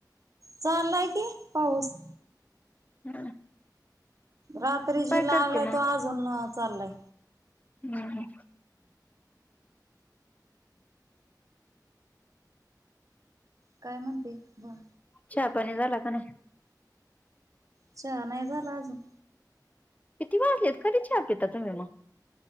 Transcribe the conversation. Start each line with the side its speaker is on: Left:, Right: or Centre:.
Right: चाललाय की पाऊस
Left: हम्म
Right: रात्री जी लागलाय...
Left: करते
Right: तो अजून चाललाय
Left: हुं... हुं.
Right: काय म्हणते... बोल
Left: चहा पाणी झाला का नाय?
Right: चहा नाही झाला अजून
Left: किती वाजलेत... कधी चहा पिता तुम्ही मग